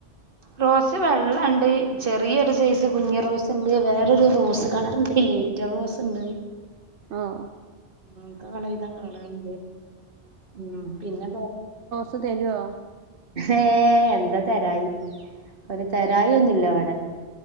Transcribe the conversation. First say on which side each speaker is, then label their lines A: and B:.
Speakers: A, on the right; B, on the right.
A: റോസ് വെള്ളണ്ട് ചെറിയൊരു സൈസ് കുഞ് റോസ് ഉണ്ട് വേറൊരു റോസ് കണർണ്ട്ല്ലേ റ്റ റോസ് ഇണ്ട്
B: ആഹ്
A: <unintelligible> ഉം പിന്നെ
B: പ്പ് തരോ
A: ഏഹ് എന്താ തെരായി ഒരു തെരായി ഒന്നുല്ല ഇവിടെ